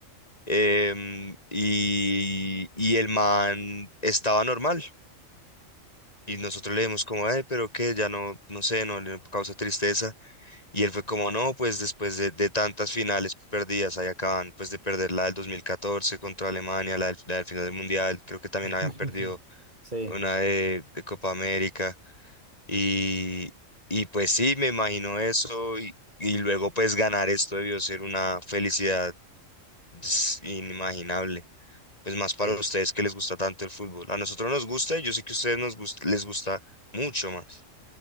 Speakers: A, on the left; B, on the right.
A: Em, y, y el man estaba normal. Y nosotros le dimos como, eh, pero qué, ya no, no sé, no le causa tristeza. Y él fue como, no, pues después de, de tantas finales perdidas, ahí acaban pues de perder la del 2014 contra Alemania, la del, la del final del Mundial, creo que también
B: <laughs>
A: habían perdido una
B: Sí.
A: de, de Copa América. Y, y pues sí, me imagino eso y, y luego pues ganar esto debió ser una felicidad ps, inimaginable. Pues más para
B: Sí.
A: ustedes que les gusta tanto el fútbol. A nosotros nos gusta y yo sé que a ustedes nos gus- les gusta mucho más.